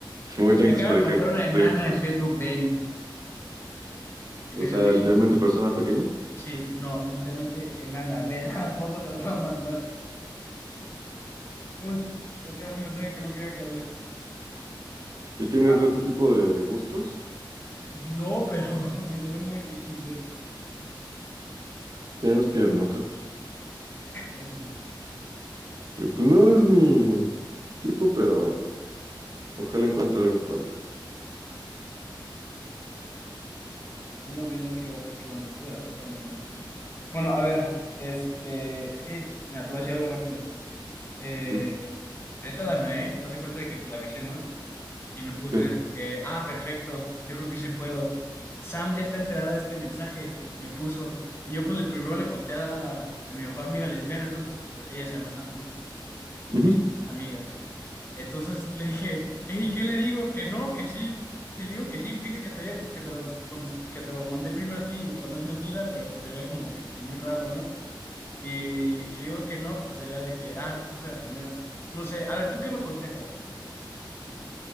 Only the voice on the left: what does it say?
Me acabo
de encontrar una
enana
en
Facebook Dating y me
dio risa.
Sí, no, literalmente enana, ve la <laughs> foto que te voy a mandar. Uy, casi abro un mensaje que no quería que abrir.
Ah,
no, pero <laughs> me salió muy equis de.
Eso sí,
ando viendo qué, o- qué onda. Esto de la prepa 9, no sé. Bueno, a ver, este, es que, mira, te voy a decir algo rápido. Eh,
esta Danae, haz de cuenta de que pues, la avisé, ¿no? Y me puse
de que, ah, perfecto, yo creo que sí puedo. Sam ya está enterada de este mensaje, me puso. Y yo pues le primero le conté a, a mi mejor amiga lesbiana, ¿no? Porque pues ella se llama Sam, ¿no?
Y son amigas. Entonces le dije, ¿y ¿qué le digo? Que no, que sí. Si le digo que sí, implica que te, que te lo, contes- que te lo mandé primero a ti, lo cual no es mentira, pero pues sería como que pues, muy raro, ¿no? Y si le digo que no, pues sería de que, ah, tú fuiste la primera. No sé, a ver, ¿tú qué me aconsejas?